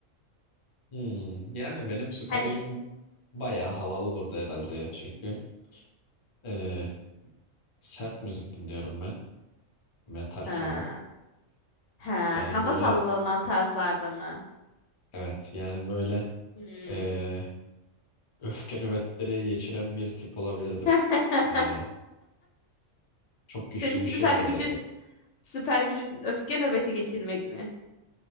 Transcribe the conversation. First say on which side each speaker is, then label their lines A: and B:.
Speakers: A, on the left; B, on the left.
A: Hmm, yani benim süper
B: Hani
A: gücüm bayağı havalı olurdu herhalde ya çünkü eee, sert müzik dinliyorum ben. Metal falan.
B: ha, ha,
A: Yani
B: kafa
A: böyle
B: sallanan tarzlarda mı?
A: evet yani böyle
B: Hmm.
A: eee, öfke nöbetleri geçiren bir tip olabilirdim.
B: <laughs>
A: Eee, çok
B: Senin
A: güçlü
B: süper
A: bir şey olabilirdim.
B: gücün süper gücün öfke nöbeti geçirmek mi?